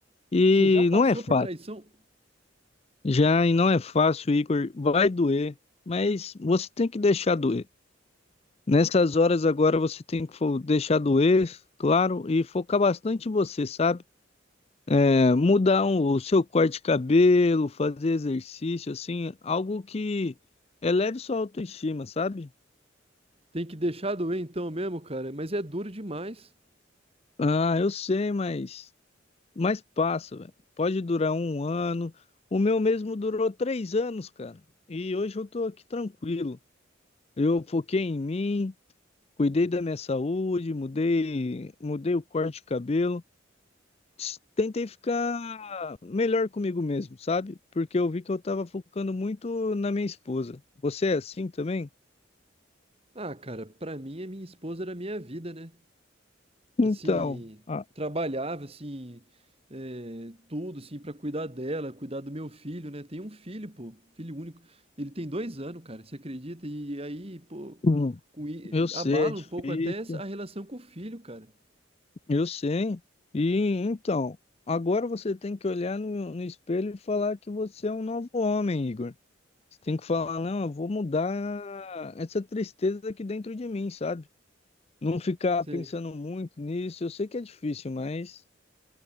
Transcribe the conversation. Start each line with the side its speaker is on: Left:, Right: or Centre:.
Left: E
Right: Você já passou
Left: não é fácil.
Right: por traição?
Left: Já e não é fácil, Igor. Vai doer, mas você tem que deixar doer. Nessas horas agora você tem que fo- deixar doer, claro, e focar bastante em você, sabe? É, mudar um- o seu corte de cabelo, fazer exercício, assim, algo que eleve sua autoestima, sabe?
Right: Tem que deixar doer então mesmo, cara. Mas é duro demais.
Left: Ah, eu sei, mas. Mas passa, velho. Pode durar um ano. O meu mesmo durou três anos, cara. E hoje eu tô aqui tranquilo. Eu foquei em mim, cuidei da minha saúde, mudei, mudei o corte de cabelo. S- Tentei ficar melhor comigo mesmo, sabe? Porque eu vi que eu tava focando muito na minha esposa. Você é assim também?
Right: Ah, cara, pra mim, a minha esposa era a minha vida, né?
Left: Então,
Right: assim,
Left: ah,
Right: trabalhava, assim, é, tudo, assim, pra cuidar dela, cuidar do meu filho, né? Tem um filho, pô, filho único. Ele tem dois anos, cara, você acredita? E aí, pô,
Left: hum,
Right: com i-
Left: eu sei,
Right: abala
Left: é difícil.
Right: um pouco até essa- a relação com o filho, cara.
Left: Eu sei. E então, agora você tem que olhar no, no espelho e falar que você é um novo homem, Igor. Você tem que falar, não, eu vou mudar essa tristeza aqui dentro de mim, sabe? Não ficar
Right: Você
Left: pensando muito nisso. Eu sei que é difícil, mas